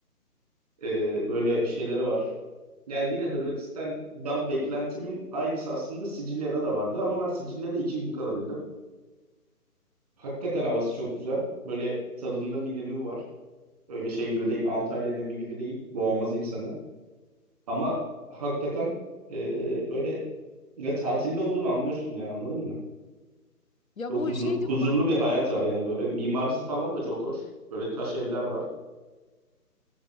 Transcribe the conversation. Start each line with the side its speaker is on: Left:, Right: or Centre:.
Right: Ee, böyle şeyleri var. Ya yine Hırvatistan'dan beklentimin aynısı aslında Sicilya'da da vardı ama ben Sicilya'da iki gün kalabildim. Hakikaten havası çok güzel. Böyle tadında bir nemi var. Öyle şey gibi değil, Antalya nemi gibi değil. Boğmaz insanı. Ama hakikaten e, böyle ya tatilde olduğunu anlıyorsun ya anladın mı?
Left: Ya
Right: Böyle
Left: bu
Right: huzu-
Left: şey
Right: huzurlu
Left: diyor.
Right: bir hayat var yani böyle mimarisi falan da çok hoş. Böyle taş evler var.